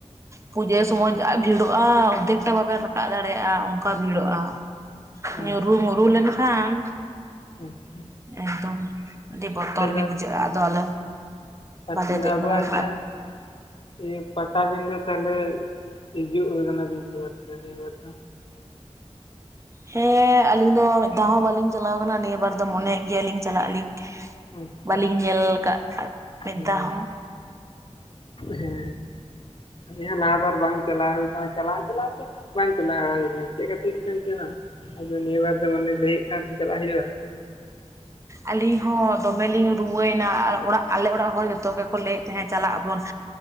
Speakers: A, on the right (about 25°); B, on the left (about 50°).
A: ᱯᱩᱡᱟᱹ ᱥᱚᱢᱚᱭ ᱡᱟᱜ ᱵᱷᱤᱲᱚᱜᱼᱟ ᱚᱨᱫᱮᱠᱴᱟ ᱵᱟᱵᱮᱱ ᱨᱟᱠᱟᱜ ᱫᱟᱲᱮᱭᱟᱜᱼᱟ ᱚᱝᱠᱟ ᱵᱷᱤᱲᱚᱜᱼᱟ᱾
B: ᱦᱮᱸ
A: ᱧᱩᱨᱩ ᱢᱩᱨᱦᱩ ᱞᱮᱱ ᱠᱷᱟᱱ
B: ᱟᱪᱪᱷᱟ᱾
A: ᱮᱠᱫᱚᱢ ᱟᱹᱰᱤ ᱵᱚᱛᱚᱨ
B: ᱟᱪᱪᱷᱟ
A: ᱜᱮ ᱵᱩᱡᱷᱟᱹᱜᱼᱟ, ᱟᱫᱚ ᱟᱞᱮ ᱵᱟᱞᱮ
B: ᱛᱟᱦᱚᱞᱮ
A: ᱫᱮᱡ
B: ᱟᱵᱚᱣᱟᱜ
A: ᱵᱟᱲᱟᱣ ᱠᱟᱱᱟ᱾
B: ᱡᱟᱦᱟᱸ ᱤᱭᱟᱹ ᱯᱟᱴᱟᱵᱤᱱᱫᱚ ᱛᱟᱦᱚᱞᱮ ᱦᱤᱡᱩᱜ ᱠᱟᱱᱟᱵᱤᱱ ᱥᱮ ᱵᱟᱝ ᱛᱟᱦᱞᱮ ᱱᱤᱭᱟᱹ ᱵᱟᱨ ᱫᱚ?
A: ᱦᱮᱸ ᱟᱹᱞᱤᱧ ᱫᱚ ᱢᱤᱫ ᱫᱷᱟᱣ ᱦᱚᱸ ᱵᱟᱹᱞᱤᱧ ᱪᱟᱞᱟᱣ ᱠᱟᱱᱟ᱾ ᱱᱤᱭᱟᱹ ᱵᱟᱨ ᱫᱚ ᱢᱚᱱᱮᱭᱮᱜ ᱜᱮᱭᱟᱞᱤᱧ ᱪᱟᱞᱟᱜ ᱟᱹᱞᱤᱧ᱾
B: ᱟᱪᱪᱷᱟ
A: ᱵᱟᱹᱞᱤᱧ ᱧᱮᱞ ᱠᱟᱜ ᱟ ᱢᱮᱫ
B: ᱦᱮᱸ
A: ᱫᱷᱟᱣ ᱦᱚᱸ᱾
B: ᱦᱮᱸ᱾ ᱟᱹᱞᱤᱮ ᱦᱚᱸ ᱞᱟᱦᱟ ᱵᱟᱨ ᱵᱟᱝ ᱪᱟᱞᱟᱣ ᱦᱩᱭ ᱠᱟᱱᱟ᱾ ᱪᱟᱞᱟᱜ ᱪᱟᱞᱟᱣ ᱮᱛᱮ ᱵᱟᱝ ᱪᱟᱞᱟᱣ ᱦᱩᱭ ᱠᱟᱱᱟ ᱪᱮᱫ ᱠᱷᱟᱹᱛᱤᱨ ᱪᱚᱝ ᱡᱮᱱᱚ ᱟᱫᱚ ᱱᱤᱭᱟᱹ ᱵᱟᱨ ᱫᱚ ᱢᱟᱱᱮ ᱞᱟᱹᱭ ᱦᱩᱭᱩᱜ ᱠᱟᱱ ᱛᱚ ᱪᱟᱞᱟᱜ ᱦᱩᱭᱩᱜ-ᱟ᱾
A: ᱟᱞᱤᱧ ᱦᱚᱸ ᱫᱚᱢᱮᱞᱤᱧ ᱨᱩᱣᱟᱹᱭᱱᱟ ᱟᱨ ᱚᱲᱟᱜ ᱟᱞᱮ ᱚᱲᱟᱜ ᱦᱚᱲ ᱡᱚᱛᱚ ᱜᱮᱠᱚ ᱞᱟᱹᱭᱮᱫ ᱛᱟᱦᱮᱸᱫ ᱪᱟᱞᱟᱜ ᱟᱵᱚᱱ᱾